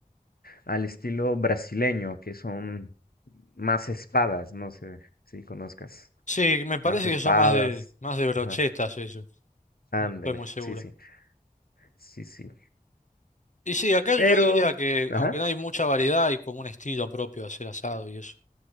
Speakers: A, on the left; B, on the left.
A: al estilo brasileño, que son más espadas, no sé si conozcas.
B: Sí, me parece
A: Más espadas.
B: que son más de, más de brochetas
A: Ajá.
B: eso.
A: Ándale.
B: No estoy muy seguro.
A: Sí, sí. Sí, sí.
B: Y sí, acá
A: Pero,
B: yo diría que,
A: ajá.
B: aunque no hay mucha variedad, hay como un estilo propio de hacer asado y eso.